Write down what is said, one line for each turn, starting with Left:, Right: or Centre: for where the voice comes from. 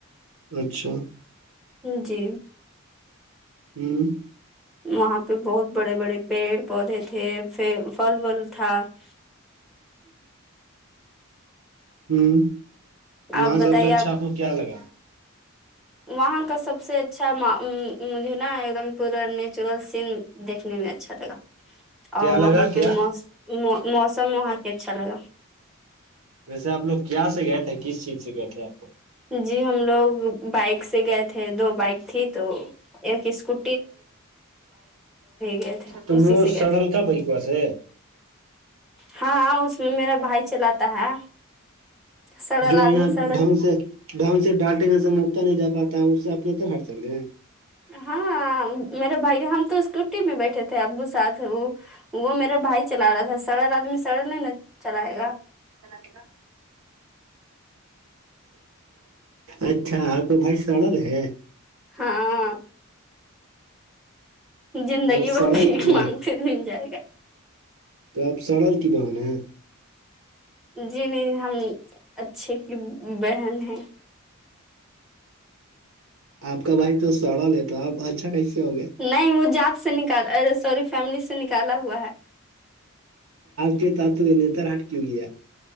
Right: اچھا
Centre: جی
Right: ہوں
Centre: وہاں پہ بہت بڑے بڑے پیڑ پودے تھے فل ول تھا <inaudible>
Right: ہوں وہاں
Centre: آپ بتائیے
Right: سب سے اچھا آپ کو کیا لگا
Centre: وہاں کا سب سے اچھا مجھے نا ایک دم پورا نیچرل سین دیکھنے میں اچھا لگا
Right: کیا
Centre: اور
Right: لگا
Centre: وہاں
Right: کیا
Centre: کے مو موسم وہاں کے اچھا لگا
Right: ویسے آپ لوگ کیا سے گئے تھے کس چیز سے گئے تھے آ لوگ
Centre: جی ہم لوگ بائک سے گئے تھے دو بائک تھی تو ایک اسکو گئے تھے
Right: تو
Centre: اسی
Right: وہ
Centre: سے گئے
Right: سڑل
Centre: تھے
Right: تھا بھائی پاس ہے
Centre: ہاں اس میں میرا بھائی چلاتا ہے سڑل
Right: جو
Centre: آدمی
Right: یہاں
Centre: سڑل
Right: ڈھنگ سے ڈھنگ سے ڈالٹے گ سے مکتا نہیں جا پاتا ہے اس سے اپنے طرح ہر چل گئے ہیں
Centre: ہاں میرے بھائی ہم تو اسکوٹی میں بیٹھے تھے ابو ساتھ وہ وہ میرا بھائی چلا رہا تھا سڑل آدمی سڑل نہیں ن چلائے گا
Right: گا اچھا آپ کو بھائی سرل ہے
Centre: ہاں زندگی
Right: تو آپ سڑل
Centre: بیک
Right: کی بہن
Centre: مان سے جل جائے گا
Right: تو آپ سڑک کی بہن ہیں
Centre: جی نہیں ہم اچھے کی بہن ہیں
Right: آپ کا بھائی تو سڑا لیتا آپ اچھا کیسے ہوگے
Centre: نہیں وہ جاات سے نکال سوری فیملی سے نکالا ہوا ہے
Right: کے تو یہ نیتار ہٹ کی ہو گیا ہے